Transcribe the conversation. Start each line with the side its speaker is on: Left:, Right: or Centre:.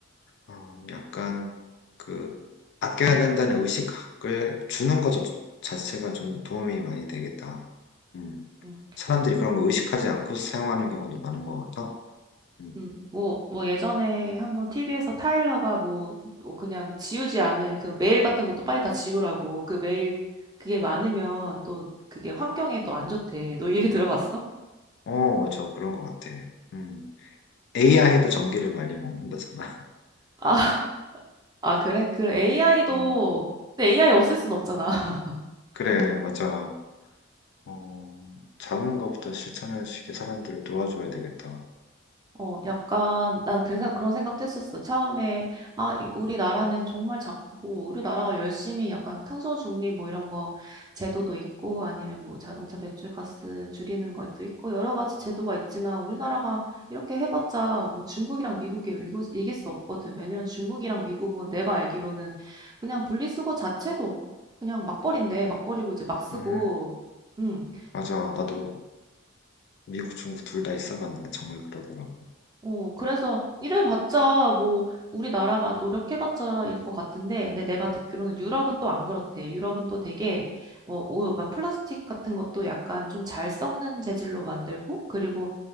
Left: 어, 약간 그 아껴야 된다는 의식을 주는 것 자체가 좀 도움이 많이 되겠다. 음.
Right: 음.
Left: 사람들이 그런 거 의식하지 않고 사용하는 경우도 많은 것 같아. 음.
Right: 음, 뭐, 뭐 예전에 한번 TV에서 타일러가 뭐, 뭐 그냥 지우지 않은 그런 메일 같은 것도 빨리 다 지우라고. 그 메일 그게 많으면 또 그게 환경에 또 안 좋대. 너 이 얘기 들어봤어?
Left: 어, 맞아. 그런 것 같아. 음. AI도 전기를 많이 먹는다잖아. <laughs>
Right: 아, <laughs> 아 그래? 그래 AI도
Left: 음.
Right: 근데 AI 없앨 순 없잖아.
Left: 그래, 맞아. 어, 작은 것부터 실천할 수 있게 사람들을 도와줘야 되겠다.
Right: 어, 약간,
Left: 음,
Right: 난 그래서 그런 생각도 했었어. 처음에, 아, 이- 우리나라는 정말 작고, 우리나라가 열심히 약간 탄소 중립 뭐 이런 거 제도도 있고, 아니면 뭐 자동차 배출가스 줄이는 것도 있고, 여러 가지 제도가 있지만, 우리나라가 이렇게 해봤자 뭐 중국이랑 미국이 이거- 이길 수 없거든. 왜냐면 중국이랑 미국은 내가 알기로는 그냥 분리수거 자체도 그냥 막 버린대. 막 버리고 이제 막 쓰고,
Left: 음,
Right: 음.
Left: 맞아. 나도 미국, 중국 둘 다 있어봤는데 정말 그러더라고.
Right: 어, 그래서 이래봤자 뭐 우리나라가 노력해봤자 일 것 같은데, 근데 내가 듣기로는 유럽은 또 안 그렇대. 유럽은 또 되게 어, 오, 막 플라스틱 같은 것도 약간 좀 잘 썩는 재질로 만들고, 그리고